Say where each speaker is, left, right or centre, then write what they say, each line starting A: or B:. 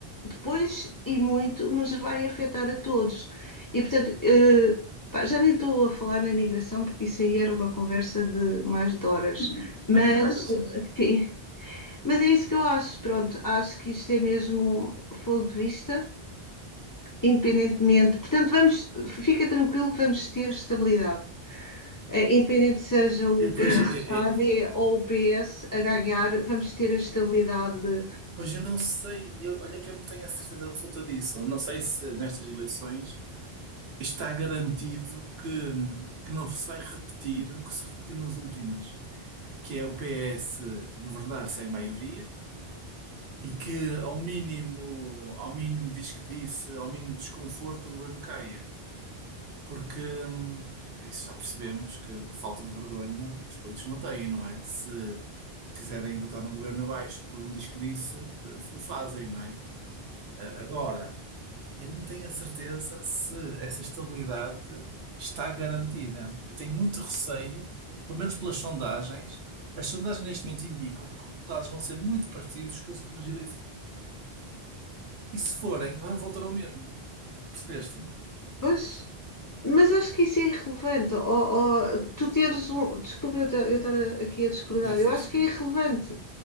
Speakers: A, on the left (about 25°); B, on the right (about 75°).
A: depois e muito nos vai afetar a todos. E portanto, eh, pá, já nem estou a falar na migração, porque isso aí era uma conversa de mais de horas, mas,
B: Mais horas, né?
A: enfim, mas é isso que eu acho. Pronto, acho que isto é mesmo fogo de vista, independentemente. Portanto, vamos, fica tranquilo que vamos ter estabilidade. Eh, Independente seja o
B: E,
A: P
B: pois,
A: S
B: é,
A: a
B: é,
A: d ou o PS a ganhar, vamos ter a estabilidade.
B: pois eu não sei, eu- olha que eu não tenho a certeza absoluta disso. Eu não sei se nestas eleições está garantido que, que não se vai repetir o que se repetiu nas últimas, que é o PS governar sem maioria e que ao mínimo, ao mínimo diz que disse, ao mínimo desconforto, o governo caia. Porque hum, isso já percebemos que falta de vergonha os políticos não têm, não é? Se quiserem botar um governo abaixo por um diz que disse, eh, o fazem, não é? Eh, Agora, eu não tenho a certeza se essa estabilidade está garantida. Eu tenho muito receio, pelo menos pelas sondagens. As sondagens neste momento indicam que os resultados vão ser muito parecidos com as últimas eleições. E se forem, vamos voltar ao mesmo. Percebeste?
A: Pois, Mas acho que isso é irrelevante. Ou, ou tu teres um. Desculpa eu ta- eu estar a- aqui a discordar.
B: Diz,
A: Eu
B: diz.
A: acho que é irrelevante.